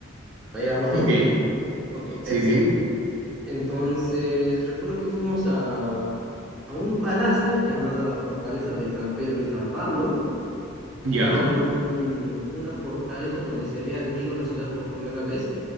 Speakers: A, in the centre; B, on the right (about 75°).
A: ¿Hasta ahí vamos bien?
B: Ok,
A: Ok,
B: sí,
A: perfecto.
B: sí,
A: Entonces, recuerdo que fuimos a, a un palacio llamado la Fortaleza de San Pedro y San Pablo, que
B: ya,
A: era un, una fortaleza donde se había erguido la ciudad por primera vez